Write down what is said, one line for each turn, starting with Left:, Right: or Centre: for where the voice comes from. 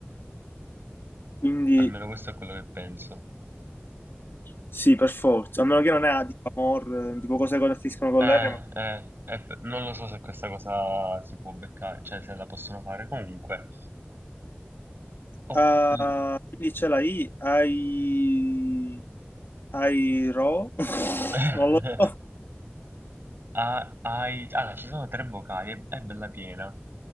Left: Quindi
Right: Almeno questo è quello che penso.
Left: sì, per forza. A meno che non è A di amor, eh, tipo cose che finiscono con
Right: Eh,
Left: l'R. Ma...
Right: eh, eh, p- non lo so se questa cosa si può beccare, cioè se la possono fare comunque. Oh,
Left: Ah,
Right: l-
Left: quindi c'è la I. Ai... Ai Ro. <laughs>
Right: <laughs>
Left: Non lo so.
Right: Ah, ai- allora, ci sono tre vocali, è, è bella piena.